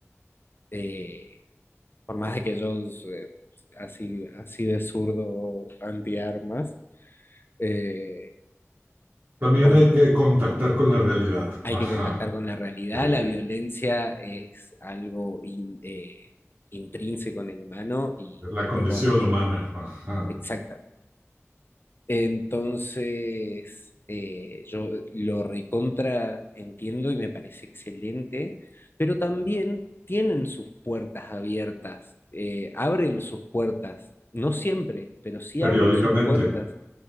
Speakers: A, on the left (about 45°); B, on the right (about 45°).
A: eh, Por más de que yo eh, así, así de zurdo antiarmas, eh,
B: también
A: cuan-
B: hay que contactar con la realidad.
A: hay
B: Ajá,
A: que contactar con la realidad.
B: sí, es
A: La violencia es algo in- eh, intrínseco en el humano y
B: la
A: no
B: condición
A: lo podemos.
B: humana. Ajá,
A: Exacta. Entonces, eh, yo lo recontra entiendo y me parece excelente, pero también tienen sus puertas abiertas, eh, abren sus puertas. No siempre, pero sí
B: periódicamente.
A: abren sus puertas